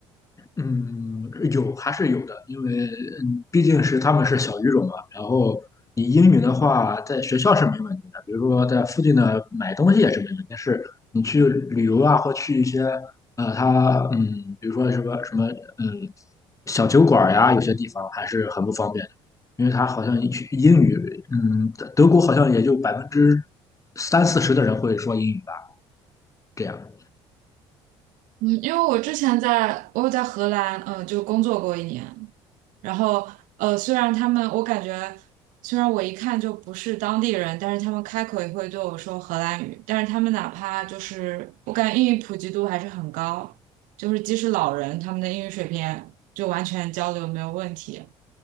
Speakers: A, on the left; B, on the right.
A: 嗯，有还是有的，因为嗯毕竟是他们是小语种嘛。然后你英语的话，在学校是没问题的，比如说在附近的买东西也是没问题。但是你去旅游啊，或去一些呃，他嗯，比如说什么什么嗯小酒馆儿呀，有些地方还是很不方便的，因为他好像一去英语，嗯，德德国好像也就百分之三四十的人会说英语吧，这样
B: 嗯，因为我之前在我有在荷兰，嗯，就工作过一年，然后呃，虽然他们我感觉，虽然我一看就不是当地人，但是他们开口也会对我说荷兰语，但是他们哪怕就是我感觉英语普及度还是很高，就是即使老人他们的英语水平就完全交流没有问题，